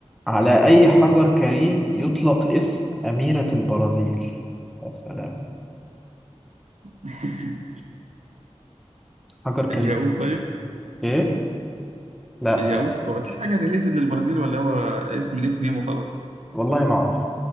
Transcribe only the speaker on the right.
<laughs>
الياقوت طيب
الياقوت
هو اكيد حاجه ريليتد للبرازيل ولا هو اسم نيك نيم وخلاص